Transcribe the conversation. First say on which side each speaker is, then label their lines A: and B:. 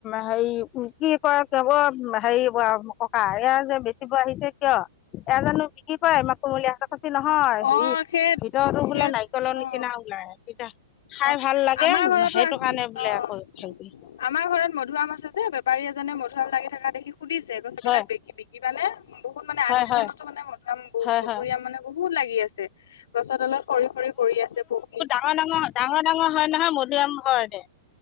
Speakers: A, on the left; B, on the left.
A: হেৰি কি কয়, <unintelligible> হেৰি ককা, এয়া যে বেচিব আহিছে কিয়? এয়া জানো বিকি কৰে! ইমান মাকুমলীয়া <unintelligible> <unintelligible> নহয়
B: অ
A: সি
B: সেই
A: ভিতৰতো
B: সেই
A: বোলে নাৰিকলৰ
B: অ।
A: নিচিনা ওলায় খাই
B: অ
A: ভাল লাগে,
B: আমাৰ ঘৰতো
A: সেইটো
B: আছ
A: কাৰণে বোলে
B: অ।
A: আকৌ হেৰি কৰিছে।
B: আমাৰ ঘৰত মধুৰাম আছে যে, বেপাৰী এজনে মধুৰাম লাগি থকা দেখি সুধিছে, গছ এইবিলাক
A: হয়
B: বিক- বিকিবানে বহুত মানে আন
A: হয়
B: চিজনতো
A: হয়
B: মধুৰাম
A: হয়
B: মধুৰিআম
A: হয়
B: মানে বহুত লাগি আছে। গছৰ তলত খৰি, খৰি পৰি আছে পকি।
A: ডাঙ ডাঙৰ, ডাঙৰ ডাঙৰ, হয় নহয় মধুৰিআম ঘৰতে।